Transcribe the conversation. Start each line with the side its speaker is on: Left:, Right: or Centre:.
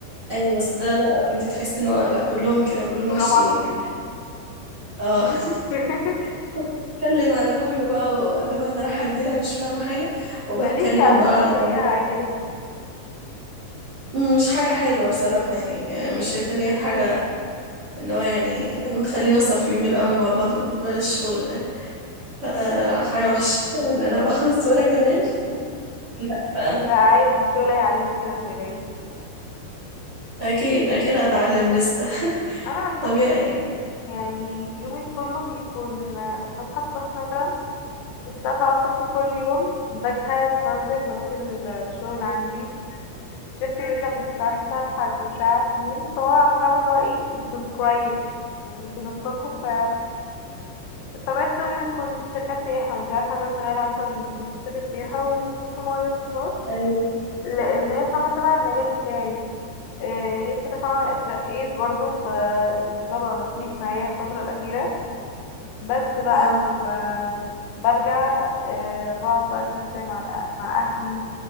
Right: أيوة بس ده لا لا، انتي تحسي ان هو لا كلهم كده كلهم
Left: كلهم
Right: وحشين
Left: عصافير
Right: اه <laughs>
Left: <laughs>
Right: كنت بتكلم على كله بقى اللي هو انا رايحه جديده مش فاهمه حاجه وبتكلم
Left: خليكي عصفورة
Right: بقى على قدراتي
Left: زيها عادي
Right: وكده
Left: جدا
Right: م، مش حاجه حلوه بصراحه يعني آه، مش شايفه ان هي حاجه ان هو يعني ما نخلينا صافيين من الاول مع بعض بلاش الشغل ده آه لا حاجه وحشه ان انا ابقى <laughs> خسوره كمان
Left: <laughs>
Right: لا آه
Left: لا عادي الشغل هيعلمك كده متقلقيش
Right: اكيد اكيد هتعلم لسه <laughs>
Left: انا عن نفسي
Right: طبيعي
Left: يعني يومي كله بيكون بصحى الصبح مثلا الساعة سبعة الصبح كل يوم بجهز بنزل بروح الشغل عندي شفت بيبدأ من الساعة تسعة لحد الساعة اتنين فهو فاهمة اللي هو ايه يكون كويس ويكون الصبح ف طبيعة شغلي بتكون في شركات سياحة وانتي عارفة ان انا شغالة مثلا بس في شركة سياحة ولسه مغيرتهاش
Right: ايوه
Left: لأن هي فاهمة تبع المجال بتاعي إيه، غير كده فاهمة اترقيت برضه فالموضوع بقى لطيف معايا الفترة الأخيرة بس بقى
Right: مم.
Left: وبرجع آه، بقعد بقى كده شوية مع الأ- مع أهلي